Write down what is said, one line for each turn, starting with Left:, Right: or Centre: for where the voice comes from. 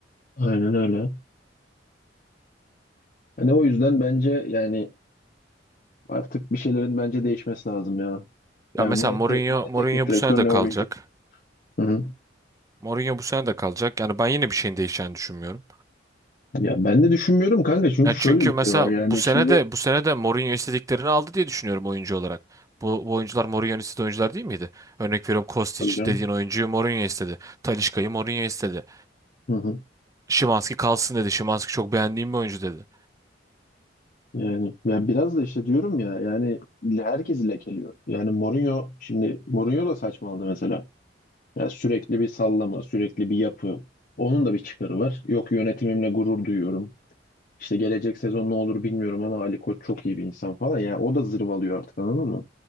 Left: Aynen öyle. Hani o yüzden bence yani artık bir şeylerin bence değişmesi lazım ya.
Right: Ya
Left: Yani
Right: mesela
Left: ne,
Right: Mourinho
Left: te- ne
Right: Mourinho
Left: teknik direktör
Right: bu sene de
Left: ne
Right: kalacak.
Left: oyuncu. Hı hı.
Right: Mourinho bu sene de kalacak. Yani ben yine bir şeyin değişeceğini düşünmüyorum.
Left: Ya ben de düşünmüyorum kanka çünkü
Right: Ya
Left: şöyle
Right: çünkü
Left: bir
Right: mesela
Left: şey var yani
Right: bu sene
Left: şimdi
Right: de bu sene de Mourinho istediklerini aldı diye düşünüyorum oyuncu olarak. Bu, bu oyuncular Mourinho'nun istediği oyuncular değil miydi? Örnek veriyorum Kostić
Left: tabii canım.
Right: dediğin oyuncuyu Mourinho istedi. Talisca'yı Mourinho istedi.
Left: Hı hı.
Right: Szymański kalsın dedi. Szymański çok beğendiğim bir oyuncu dedi.
Left: Yani ya biraz da işte diyorum ya yani herkesi lekeliyor. Yani Mourinho şimdi Mourinho da saçmaladı mesela. Yani sürekli bir sallama, sürekli bir yapı. Onun da bir çıkarı var. Yok yönetimimle gurur duyuyorum. İşte gelecek sezon ne olur bilmiyorum ama Ali Koç çok iyi bir insan falan. Yani o da zırvalıyor artık anladın mı?